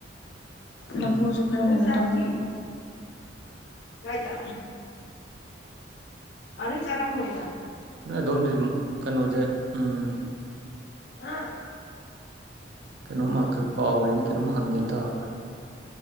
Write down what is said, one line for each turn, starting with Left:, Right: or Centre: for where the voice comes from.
Right: ꯎꯝ
Left: ꯂꯐꯨꯁꯨ ꯈꯔ ꯀꯩꯅꯣ ꯇꯧꯋ‌ꯦ ꯀꯥꯏꯗ ꯑꯗꯩ ꯆꯔꯥꯝꯃ‌ꯣꯏꯅ
Right: ꯅꯣꯏ ꯑꯗꯣꯝꯗꯤ ꯀꯩꯅꯣꯁꯦ ꯎꯝ
Left: ꯑꯥ
Right: ꯀꯩꯅꯣꯝꯃ ꯀꯥꯎꯈ꯭ꯔꯦꯅ ꯀꯩꯅꯣꯝꯃ ꯍꯪꯒꯦꯅ ꯇꯧꯔꯒ